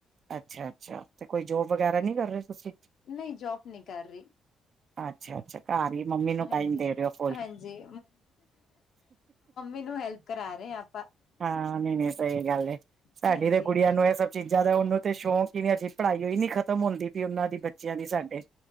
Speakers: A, on the right; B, on the left.
A: ਅੱਛਾ-ਅੱਛਾ ਤੇ ਕੋਈ ਜੋਬ ਵਗੈਰਾ ਨਹੀਂ ਕਰ ਰਏ ਤੁਸੀਂ?
B: ਨਈ ਜੋਬ ਨਈ ਕਰ ਰਈ।
A: ਅੱਛਾ-ਅੱਛਾ ਘਾਰ ਈ ਮੰਮੀ ਨੂੰ ਟਾਈਮ
B: ਹਾਂਜੀ
A: ਦੇ ਰਓ ਫੁੱਲ?
B: ਹਾਂਜੀ
A: <inaudible>
B: ਮੈਨੂੰ ਹੈਲਪ ਕਰਾ ਰੇਆ।
A: ਹਾਂ ਨਈ-ਨਈ ਸਹੀ ਗੱਲ ਏ, ਸਾਡੀ
B: ਹਾਂਜੀ
A: ਤੇ ਗੁੜੀਆਂ ਨੂੰ ਏਹ ਸਭ ਚੀਜ਼ਾਂ ਦਾ ਉਹਨੂੰ ਤੇ ਸ਼ੌਂਕ ਈ ਨਈ ਐ, ਆਜੇ ਪੜ੍ਹਾਈਓ ਈ ਨੀ ਖਤਮ ਹੁੰਦੀ ਪਈ ਉਹਨਾਂ ਦੀ ਬੱਚੇਆਂ ਦੀ ਸਾਡੇ।